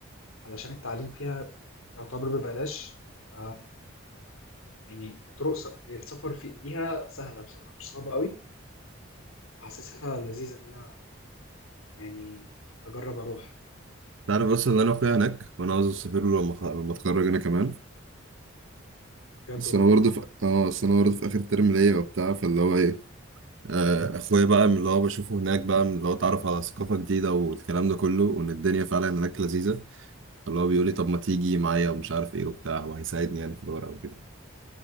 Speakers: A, on the left; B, on the right.
A: علشان التعليم فيها يعتبر ببلاش ف يعني وطرق س- السفر في ليها سهله بصراحه مش صعبه قوي فحاسسها لذيذه ان انا يعني اجرب اروح
B: تعرف اصلا ان انا اخويا هناك وانا عاوز اسافر له لما خ- لما اتخرج انا كمان
A: بجد
B: بس
A: والله
B: انا برضه في اه بس انا برضه في اخر ترم ليا وبتاع فاللي هو ايه آه، اخويا بقى من اللي هو بشوفه هناك بقى من اللي هو اتعرف على ثقافه جديده والكلام ده كله وان الدنيا فعلا هناك لذيذه فاللي هو بيقول لي طب ما تيجي معايا ومش عارف ايه وبتاع وهيساعدني يعني في الورق وكده